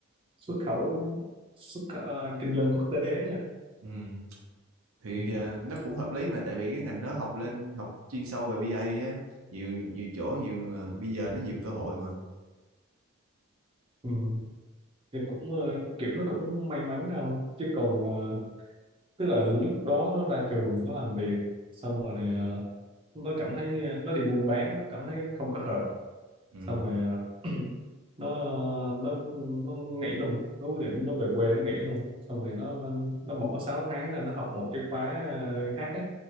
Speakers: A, on the right; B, on the right.
A: xuất khẩu xuất khẩu, ờ, kinh doanh quốc tế nha
B: ừ. thì
A: ừ.
B: à, nó cũng hợp lý mà tại vì cái ngành đó học lên học chuyên sâu về bê A á nhiều nhiều chỗ nhiều à, bây giờ nó nhiều cơ hội mà
A: Ừ. Thì cũng ờ, kiểu nó cũng may mắn không chứ còn ờ, tức là lúc đó nó ra trường nó làm việc xong rồi ờ, nó cảm thấy ờ, nó đi buôn bán nó cảm thấy không có hợp
B: ừ
A: xong rồi ờ, <clears throat> nó nó nó nghỉ luôn nó quyết định nó về quê nó nghỉ luôn xong rồi nó nó bỏ 6 tháng là nó học một cái khóa ờ, khác á